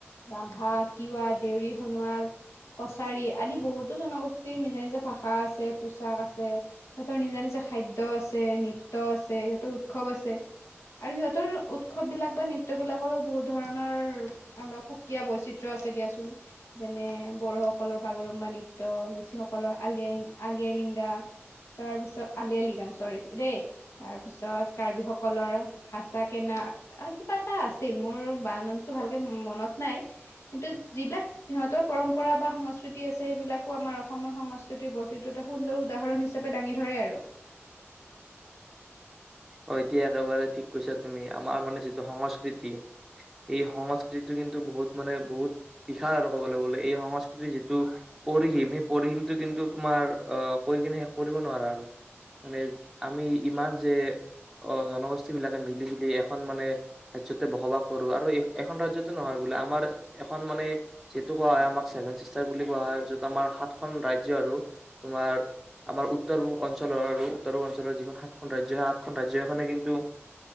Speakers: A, on the left; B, in the centre.
A: ৰাভা, তিৱা, দেউৰী, সোণোৱাল কছাৰী আদি বহুতো জনগোষ্ঠীৰ নিজা নিজা ভাষা আছে, পোছাক আছে। সিহঁতৰ নিজা নিজা খাদ্য আছে, নৃত্য আছে, সিহঁতৰ উৎসৱ আছে আৰু সিহঁতৰ উৎসৱবিলাক বা, নৃত্যবিলাকৰো বহুত ধৰণৰ অলপ সুকীয়া বৈচিত্ৰ্য আছে দিয়াচোন। যেনে- বড়োসকলৰ বাগৰুম্বা নৃত্য, মিছিংসকলৰ আলি-আই, আলি-আই-লিংগা, তাৰ পিছত 'আলি-আই-লিগাং', চৰি দেই। তাৰপিছত কাৰ্বিসকলৰ হাচা-কেনা, আৰু কিবা এটা আছিল, মোৰ বানানটো ভালকে মনত নাই। কিন্তু যিবিলাক সিহঁতৰ পৰম্পৰা বা সংস্কৃতি আছে, সেইবিলাকো আমাৰ অসমৰ সংস্কৃতিৰ বৈচিত্ৰ্যটা সুন্দৰ উদাহৰণ হিচাপে দাঙি ধৰে আৰু।
B: অ' এতিয়া একেবাৰে ঠিক কৈছা তুমি। আমাৰ মানে যিটো সংস্কৃতি, এই সংস্কৃতি কিন্তু বহুত মানে বহুত বিশাল আৰু ক'বলৈ গ'লে। এই সংস্কৃতি যিটো পৰিহিম সেই পৰিহিমটো কিন্তু তোমাৰ অ', কৈ কেনে শেষ কৰিব নোৱাৰা আৰু মানে আমি ইমান যে অ' জনগোষ্ঠীবিলাকে মিলি-জুলি এখন মানে ৰাজ্যতে বসবাস কৰোঁ। আৰু এই, এখন ৰাজ্যতে নহয় বোলে, আমাৰ এখন মানে যিটো কোৱা হয়, আমাক 'ছেভেন চিষ্টাৰ' বুলি কোৱা হয়, য'ত আমাৰ সাতখন ৰাজ্য আৰু, তোমাৰ আমাৰ উত্তৰ অঞ্চলৰ আৰু উত্তৰ অঞ্চলৰ যিখন সাতখন ৰাজ্য হে সা তখন ৰাজ্যখনে কিন্তু-